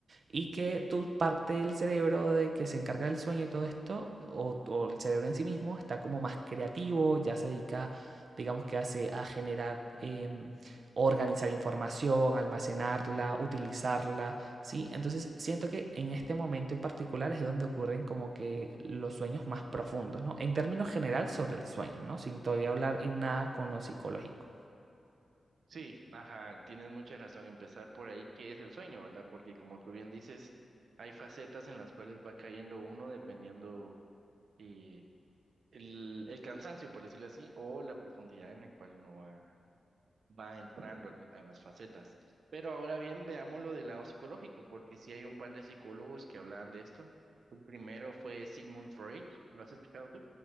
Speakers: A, on the right; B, on the right.
A: y que
B: sí.
A: tu parte del cerebro de que se encarga del sueño y todo esto, o, o el cerebro en sí mismo, está como más creativo, ya se dedica, digamos que hace a generar, em, organizar información, almacenarla, utilizarla ¿sí? Entonces siento que en
B: ujú.
A: este momento en particular es donde ocurren como que los sueños más profundos, ¿no? En términos general sobre el sueño, ¿no? Sin todavía hablar y nada con lo psicológico.
B: Sí, ajá, tienes mucha razón. Empezar por ahí, ¿qué es el sueño, verdad? Porque como tú bien dices, hay facetas en las cuales va cayendo uno dependiendo eh, el, el cansancio, por decirlo así, o la profundidad en la cual uno va va entrando al- a las facetas. Pero ahora bien, veámoslo del lado psicológico, porque sí hay un par de psicólogos que hablaban de esto. El primero fue Sigmund Freud, ¿lo has explicado tú?